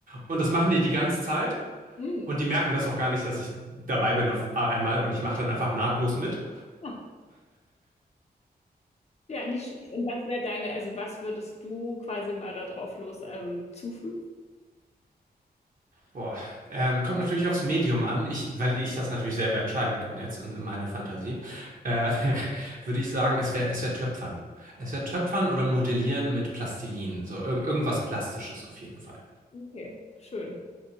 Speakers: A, on the right (about 55°); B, on the left (about 40°).
A: Und das machen die die ganze Zeit
B: hm.
A: und die merken das auch gar nicht, dass ich dabei bin auf einmal und ich mache dann einfach nahtlos mit.
B: Ja, ja, nicht schlecht. Und was wäre deine, also was würdest du quasi mal da drauf los ähm, zufügen?
A: Boah, ähm, kommt natürlich aufs Medium an, ich, weil ich das natürlich selber entscheiden kann jetzt in, in meiner Fantasie. Äh, <laughs> würde ich sagen, es wäre es wär Töpfern. Es wäre Töpfern oder Modellieren mit Plastilin, so irg irgendwas Plastisches auf jeden Fall.
B: Okay, schön.